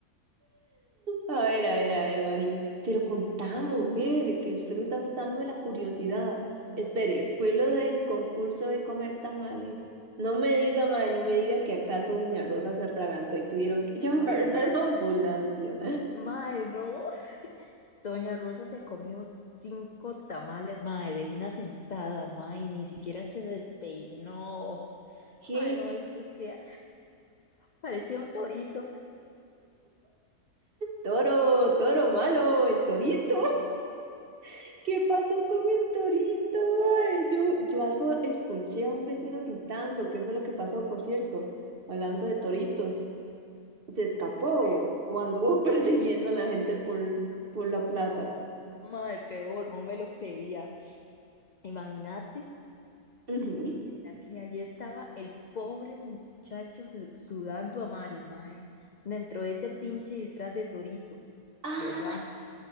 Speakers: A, on the right; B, on the left.
A: A ver, a ver, a ver, Mari. Pero contá, mujer, que usted me está matando de la curiosidad. Espere, fue lo del concurso de comer tamales. No me diga, mae, no me diga que acaso Doña Rosa se atragantó y tuvieron que <laughs> llamar a la ambulancia.
B: Mae, no. Doña Rosa se comió cinco tamales, mae, de una sentada, mae, ni siquiera se despeinó.
A: ¿Qué?
B: Mae, no, esto es que, parecía un torito.
A: Toro, toro malo, el torito. <laughs> ¿Qué pasó con el torito? mae? yo, yo algo escuché a un vecino gritando. ¿Qué fue lo que pasó, por cierto? Hablando de toritos, ¿se escapó
B: Ay,
A: o anduvo <laughs> persiguiendo a la gente por, por la plaza?
B: mae, peor, no me lo creería. Imagínate
A: Ujú.
B: que, mira, que ahí estaba el pobre muchacho su- sudando a mares, mae, dentro de ese pinche disfraz de torito,
A: Ah,
B: ¿verdad?